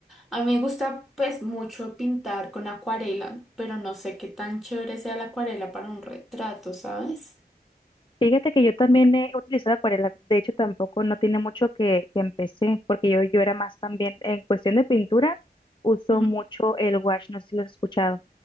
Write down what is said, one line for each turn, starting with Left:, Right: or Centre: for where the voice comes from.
Centre: A mí me gusta pues mucho pintar con acuarela, pero no sé qué tan chévere sea la acuarela para un retrato, ¿sabes?
Left: Fíjate que yo también he utilizado acuarela, de hecho tampoco no tiene mucho que, que empecé, porque yo, yo era más también, en cuestión de pintura, uso
Centre: Ujú.
Left: mucho el wash, no sé si lo has escuchado,